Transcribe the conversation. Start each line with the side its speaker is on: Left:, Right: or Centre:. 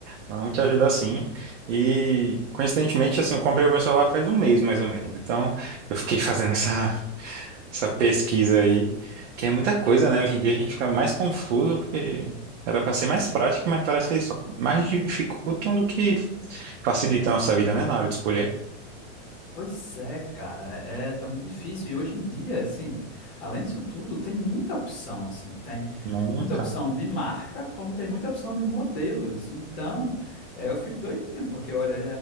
Right: vamos te ajudar sim. E coincidentemente, assim, eu comprei o meu celular faz um mês mais ou menos. Então, eu fiquei fazendo essa, essa pesquisa aí, que é muita coisa, né? Hoje em dia a gente fica mais confuso, porque era para ser mais prático, mas parece que eles mais dificultam do que facilitam a nossa vida, né? Na hora de escolher.
Left: Pois é, cara, é, é, tá muito difícil. E hoje em dia, assim, além disso tudo, tem muita opção, assim, tem
Right: Muita.
Left: muita opção de marca, como tem muita opção de modelos. Então, é, eu fico doidinho, porque olha,